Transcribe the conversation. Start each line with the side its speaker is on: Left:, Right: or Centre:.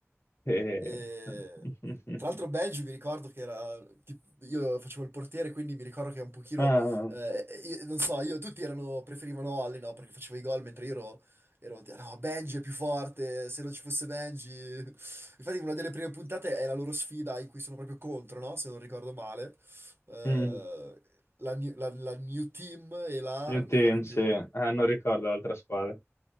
Left: E...
Right: E-
Left: <laughs>
Right: Tra l'altro Belgi mi ricordo che era, tipo, io facevo il portiere, quindi mi ricordo che un pochino,
Left: Ah,
Right: eh, io- non so, io, tutti erano, preferivano Olli, no, perché facevo i gol, mentre io ero, ero, no, Benji è più forte, se non ci fosse Benji... <laughs> Infatti una delle prime puntate è la loro sfida in cui sono proprio contro, no, se non ricordo male, Eh,
Left: mm,
Right: la, new la- la New Team e la,
Left: New
Right: non
Left: Team,
Right: mi ricordo
Left: sì.
Right: più,
Left: Ah, non ricordo l'altra squadra.